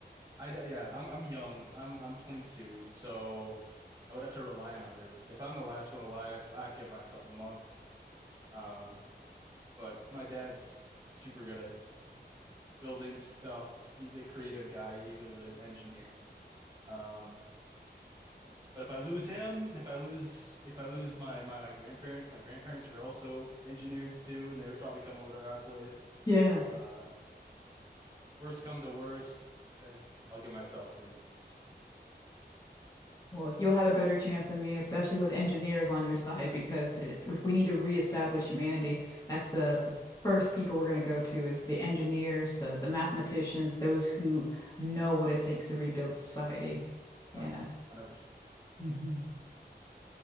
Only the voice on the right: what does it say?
I d- yeah. I'm I'm young. I'm I'm 22, so I would have to rely on others. If I'm the last one alive, I'd give myself a month. Um, But my dad's super good at building stuff. He's a creative guy. He was an engineer. Um, but if I lose him, if I lose if I lose my my my grandparents, my grandparents were also engineers too, and they would probably come over to our place.
Uh, worst come to worst, eh, I'll give myself three months.
Oh yeah, 100%.